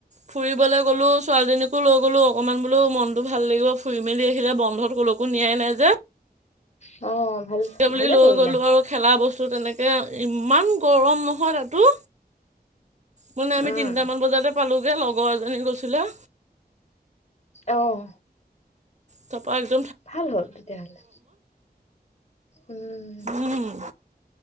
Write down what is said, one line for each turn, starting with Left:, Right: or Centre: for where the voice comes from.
Right: ফুৰিবলৈ গ'লো ছোৱালীজনীকো লৈ গ'লো অকনমান বোলো মনতো ভাল লাগিব ফুৰি মেলি আহিলে, বন্ধত ক'লৈকো নিয়াই নাই যে।
Left: অ'। ভাল
Right: স বুলি
Left: ভালে
Right: লৈ
Left: কৰিলা
Right: গ'লো আৰু। খেলা বস্তু তেনেকৈ ইমান গৰম নহয় তাতো। মানে আমি
Left: উম
Right: তিনিটামান বজাতে পালোগে লগৰ এজনী গৈছিলে।
Left: অ'।
Right: তাপা একদ
Left: ভাল হ'ল তেতিয়াহলে, উম।
Right: উম,